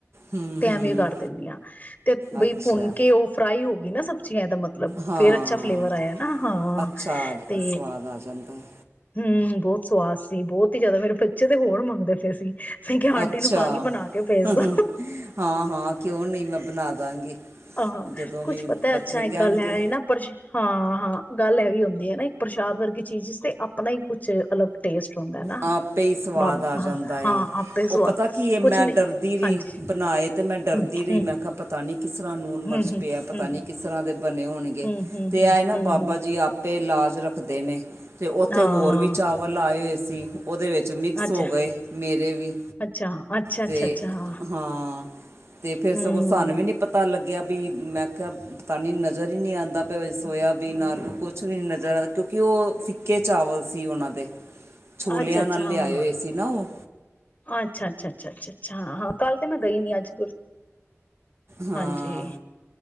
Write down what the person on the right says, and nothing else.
ਹੂੰ
ਹੂੰ
ਅੱਛਾ
ਹਾਂ
ਅੱਛਾ
ਆ ਸਵਾਦ ਆ ਜਾਂਦਾ ਹੈ
ਅੱਛਾ।
ਹਾਂ,
ਹਾਂ। ਕਿਉਂ ਨਹੀਂ ਮੈਂ ਬਣਾ ਦਾਂਗੀ।
ਜਦੋਂ
ਵੀ
ਬੱਚੇ
ਕਹਿਣਗੇ
ਆਪੇ ਹੀ ਸਵਾਦ
ਆ ਜਾਂਦਾ
ਏ,
ਉਹ
ਪਤਾ ਕੀ ਇਹ ਮੈਂ
ਡਰਦੀ ਰਹੀ,
ਬਣਾਏ ਤੇ ਮੈਂ ਡਰਦੀ
ਰਹੀ,
ਮੈਂ ਕਿਹਾ ਪਤਾ ਨੀ ਕਿਸ ਤਰ੍ਹਾਂ ਨੂਨ
ਮਰਚ
ਪਿਆ, ਪਤਾ ਨਹੀਂ ਕਿਸ ਤਰ੍ਹਾਂ ਦੇ ਬਣੇ ਹੋਣਗੇ
ਤੇ
ਆਏ ਨਾ
ਬਾਬਾ
ਜੀ ਆਪ ਆਪੇ ਲਾਜ ਰੱਖ ਦੇ ਨੇ ਤੇ ਉੱਥੇ
ਹੋਰ ਵੀ ਚਾਵਲ ਆਏ ਹੋ ਸੀ। ਉਹਦੇ ਵਿੱਚ ਮਿਕਸ
ਹੋ ਗਏ ਮੇਰੇ ਵੀ,
ਤੇ
ਹਾਂ ਤੇ ਫਿਰ
ਸਗੋਂ ਸਾਨੂੰ ਵੀ ਨੀ ਪਤਾ ਲੱਗ ਗਿਆ ਵੀ ਮੈਂ ਕਹਿਆ ਪਤਾ ਨਹੀਂ ਨਜ਼ਰ ਹੀ ਨਹੀਂ ਆਂਦਾ ਪਯਾ ਸੋਇਆਬੀਨ, ਆਲੂ ਕੁਛ ਵੀ ਨੀ ਨਜ਼ਰ ਆਂ ਕਿਉਂਕਿ ਉਹ ਫਿੱਕੇ ਚਾਵਲ ਸੀ ਉਹਨਾਂ ਦੇ। ਛੋਲਿਆਂ
ਨਾਲ
ਲਿਆਏ ਹੋਏ ਸੀ ਨਾ ਉਹ
ਹਾਂ